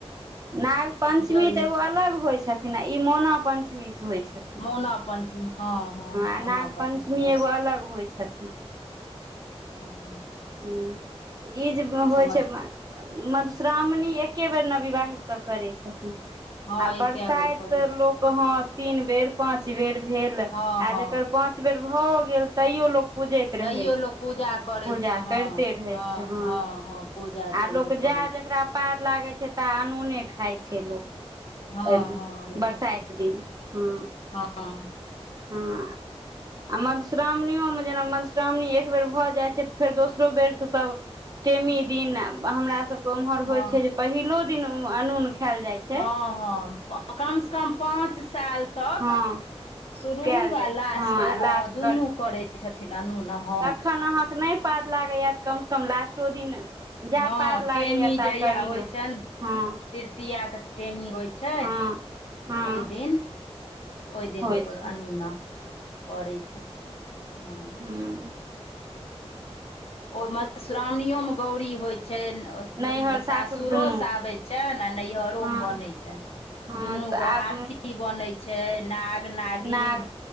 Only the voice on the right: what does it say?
नाग पञ्चमी
तऽ एगो अलग होइ छथिन। छथिन आ ई मोना पञ्चमी सँ होइ छथिन।
आ
नाग
एगो
अलग होइ छथिन
ह तऽ ई जे होइ
छैय मधुश्रावणी एक्के बेर नविवाहित सभ करैत छथिन।
आ बरसाइत
लोक हँ तीन बेर पााँच बेर भेल।
आ
जकर पांच बेर भओ गेल तैयो लोको पूजैत
रहै छै
पूजा।
कैरते रहय
छय, हाँ।
आ लोक
जा
जकरा पार लागै छै ता अनूने खााय छै लोक।
ओहिमे,
बरसाइत
दिन, हूं
हँ आ मधुश्रावणिओमे जेना मधुश्रावणी एक बेर भऽ जाइ छै तऽ फेर दोसरो बेरसँ सभ टेमी दिन हमरा सभके ओम्हर
होइत छै जे पहिलो दिन अनून खाएल जाइत छैय
हँ
कयल
जाइ
छै आ
लास्ट
अखन अहाँके नहि पार लागैया कम से कम लास्टो दिन जा
पार लागैए
ता करियौ
हँ
हँ हँ
होइ
छै
हूं।
नैहर
सासुर
दुनूके
हँ
हँ
तऽ
आब
नाग